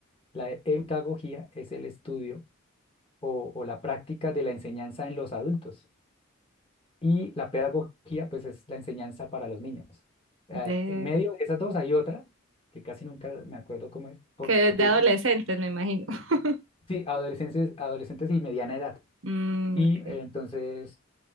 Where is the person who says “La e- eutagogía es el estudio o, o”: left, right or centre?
Left